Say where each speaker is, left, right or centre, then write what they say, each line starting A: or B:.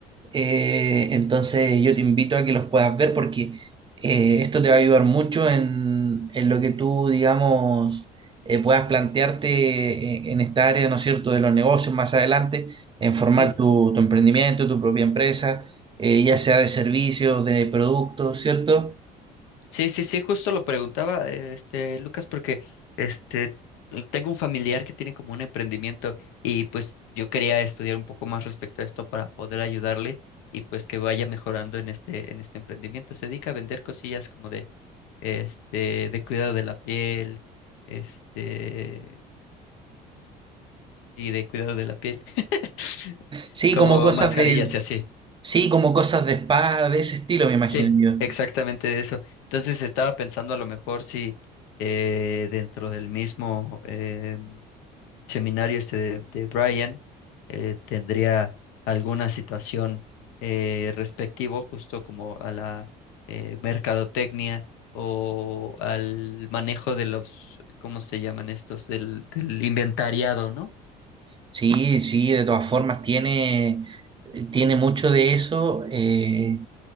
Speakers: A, on the right; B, on the left.
A: Eh, entonces yo te invito a que los puedas ver porque eh, esto te va a ayudar mucho en, en lo que tú, digamos, eh, puedas plantearte eh, en esta área, ¿no es cierto?, de los negocios más adelante, en formar
B: ujú,
A: tu, tu emprendimiento, tu propia empresa, eh, ya sea de servicios, de productos, ¿cierto?
B: sí, sí, sí, justo lo preguntaba, eh, este, Lucas, porque este, tengo un familiar que tiene como un emprendimiento y pues yo quería estudiar un poco más respecto a esto para poder ayudarle y pues que vaya mejorando en este, en este emprendimiento. Se dedica a vender cosillas como de, este, de cuidado de la piel, este, y de cuidado de la piel, <laughs>
A: Sí,
B: como
A: como cosas
B: mascarillas
A: de,
B: y así.
A: Sí, como cosas de spa, de ese estilo, me imagino
B: Sí,
A: yo.
B: exactamente eso. Entonces estaba pensando a lo mejor si eh, dentro del mismo eh, seminario este de, de Brian eh, tendría alguna situación eh, respectivo justo como a la eh, mercadotecnia o al manejo de los, ¿cómo se llaman estos? Del, del inventariado, ¿no?
A: Sí, sí, de todas formas, tiene, tiene mucho de eso. eh,